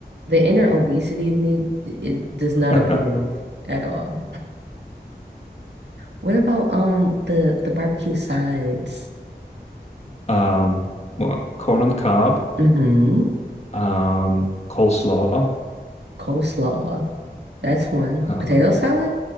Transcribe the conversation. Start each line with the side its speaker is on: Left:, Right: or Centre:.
Right: the inner obesity of me, it, it does not
Left: <laughs>
Right: approve at all. What about um the the barbecue sides?
Left: Um, well, corn on the cob,
Right: Mm-hmm.
Left: um, coleslaw,
Right: Coleslaw. That's one.
Left: um,
Right: Potato salad?